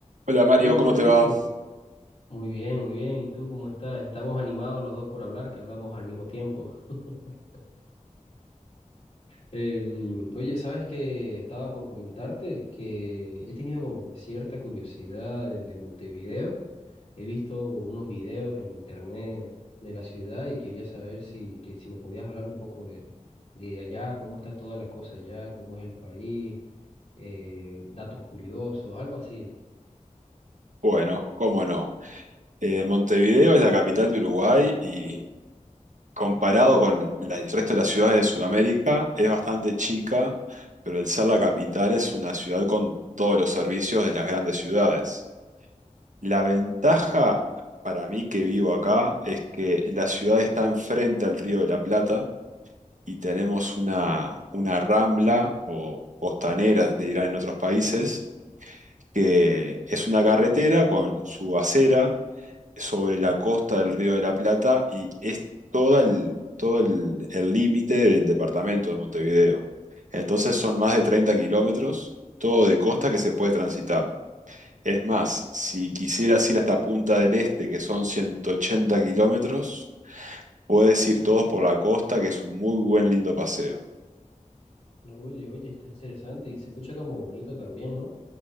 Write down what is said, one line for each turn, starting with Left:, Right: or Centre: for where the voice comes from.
Right: Hola Mario,
Left: Oye, Rodrigo,
Right: ¿cómo te va?
Left: muy bien, muy bien. ¿Y tú cómo estás? Estamos animados los dos por hablar, que hablamos al mismo tiempo. <laughs> Em, oye, ¿sabes que Estaba por comentarte que he tenido como que cierta curiosidad de, de Montevideo. He visto unos videos en internet de la ciudad y quería saber si, que, si me podías hablar un poco de, de allá, cómo está toda la cosa allá, cómo es el país, eh, datos curiosos, algo así.
Right: Bueno, cómo no. Eh, Montevideo es la capital de Uruguay y comparado con la- el resto de las ciudades de Sudamérica es bastante chica, pero el ser la capital es una ciudad con todos los servicios de las grandes ciudades. La ventaja para mí que vivo acá es que la ciudad está enfrente al Río de la Plata y tenemos una, una rambla o costanera, le dirán en otros países que es una carretera con su acera sobre la costa del Río de la Plata y es toda el, todo el el límite del departamento de Montevideo. Entonces son más de 30 kilómetros, todo de costa que se puede transitar. Es más, si quisieras ir hasta Punta del Este, que son 180 kilómetros, puedes ir todos por la costa, que es un muy buen, lindo paseo.
Left: Oye, oye, está interesante y se escucha como bonito también,